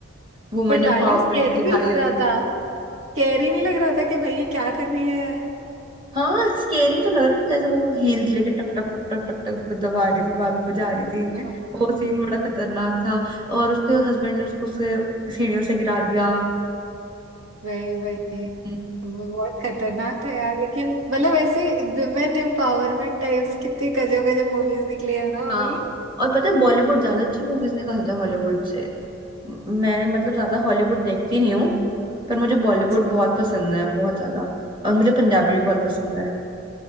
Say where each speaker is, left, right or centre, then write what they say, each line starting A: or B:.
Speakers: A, on the right (about 25°); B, on the right (about 75°).
A: वुमेन
B: बट डार्लिंग
A: एम्पावरमेंट
B: स्कैरी
A: दिखाई
B: भी लग रहा
A: उसने
B: था स्कैरी नहीं लग रहा था कि भाई ये क्या कर रही है
A: हाँ स्केरी तो लग रहा था मतलब ऐसे वो हील्स लेके टक टक टक टक टक टक दबा रही थी बार बार बजा रही थी
B: हाँ,
A: वो
B: हाँ,
A: सीन
B: हाँ।
A: बड़ा खतरनाक था और उसके हस्बैंड ने उसको उससे सीढ़ियों से गिरा दिया
B: वही वही
A: हम्म,
B: वो बहुत खतरनाक था यार लेकिन मतलब ऐसे विमेन एम्पावरमेंट टाइप्स कितनी गजब गजब मूवीज निकली है ना अभी
A: हाँ और पता है बॉलीवुड ज्यादा अच्छी मूवीज निकालता है हॉलीवुड से म- मैं मतलब ज्यादा हॉलीवुड देखती नहीं हूँ पर मुझे बॉलीवुड
B: अच्छा
A: बहुत पसंद है बहुत ज्यादा और मुझे पंजाबी भी बहुत पसंद है